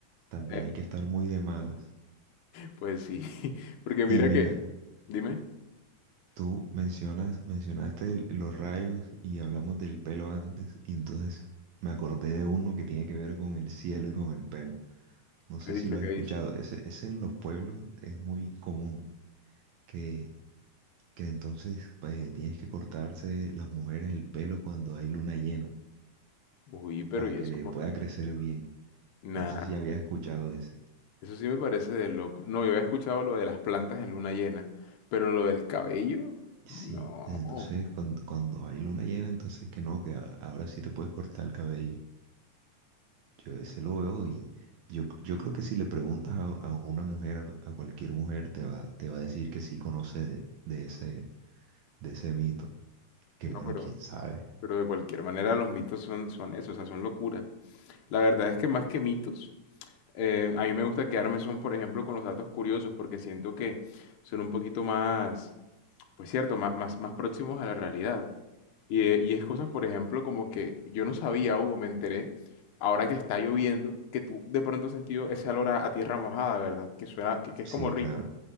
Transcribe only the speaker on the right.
también
hay que estar muy de malas.
Y mira,
tú mencionas, mencionaste el- los rayos y hablamos del pelo antes, y entonces me acordé de uno que tiene que ver con el cielo y con el pelo. No
sé
si lo
has escuchado,
ese, ese en los pueblos es muy común, que, que entonces eh, tienes que cortarse las mujeres el pelo cuando hay luna llena
para
que
le
pueda crecer bien.
No sé si habías escuchado ese.
Sí,
entonces cuando, cuando hay luna llena, entonces que no, que a- ahora sí te puedes cortar el cabello. Yo ese lo veo y yo, yo creo que si le preguntas a, a una mujer, a, a cualquier mujer, te va, te va a decir que sí conoce de, de ese, de ese mito. Que
bueno,
quién sabe.
Sí,
claro.